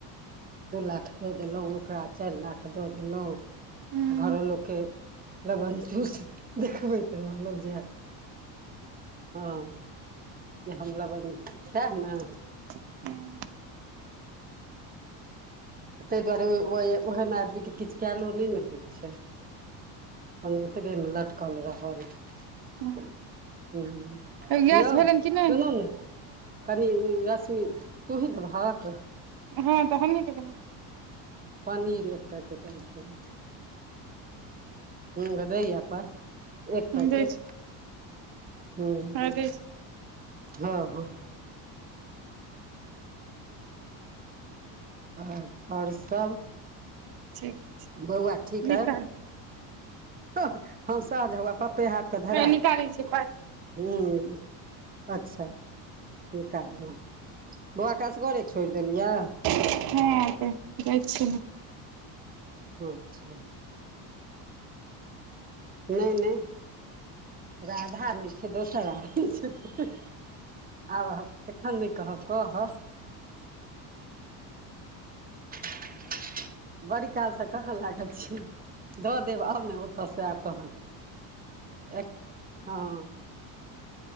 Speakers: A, on the right; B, on the right.
A: दुइ लाख दऽ देलहुँ ओकरा चारि लाख दऽ देलहुँ
B: हूं
A: घरक लोक के लमनचूस देखबैत रहलो जे
B: हुँ
A: हँ जे हम लमन साह न
B: हुँ
A: ताहि दुआरे ओ ओहन आदमी कें किछु कयलो नहि ने होइ छै ओ ओतबे मे लटकल रहल
B: हूं
A: हुँ
B: गैस
A: ययौ
B: भेलनि कि नहि
A: सुनू ने कनि रश्मि तुहिं देबहक
B: हँ त हमहि ने देबय
A: पनीर एक पैकेट आनि देबै हुँ दैय या पाई
B: ने
A: एक पैकेट
B: दै छी
A: हूँ
B: हँ दै छी
A: हँ हँ आ आओर सभ
B: ठीक छै
A: बौआ ठीक
B: निकालू
A: एय ह हम साँज हुआ पप्पे हाथ क धरि
B: एय निकालै छिय पाइ
A: हुँ अच्छा निकालु बौआकें अससगरे छोड़ि देलियै
B: हँ त सु ने <unintelligible>
A: अच्छा नहि नहि राधा नहि छै दोसर आदमी छै हँ हह आब एखन नहि कहब कहब <inaudible> बड़ीकाल सँ कहाँ लागल छियै दऽ देब आउ ने ओतसँ आयब तहन एक हँ